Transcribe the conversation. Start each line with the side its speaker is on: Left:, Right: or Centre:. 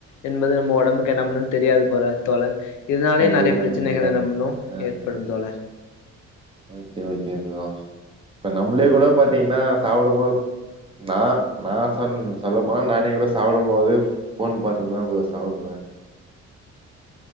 Left: என்பது நம்ப ஒடம்புக்கு என்ன பண்ணு தெரியாது போற தோழர் இதனாலயே
Right: கண்டிப்பா
Left: நெறைய பிரச்சனைகள
Right: கண்டிப்பா
Left: என்ன பண்ணு
Right: ஆ
Left: ஏற்படு
Right: ஆ
Left: தோழர்
Right: ஓகே ஓகே ப்ரோ இப்ப நம்மளே கூட பாத்தீங்கன்னா சாப்டம்போது நா நா சொன் சொல்லப் போனா நானே கூட சாப்டும் போது ஃபோன் பாத்து தா ப்ரோ சாப்டுவே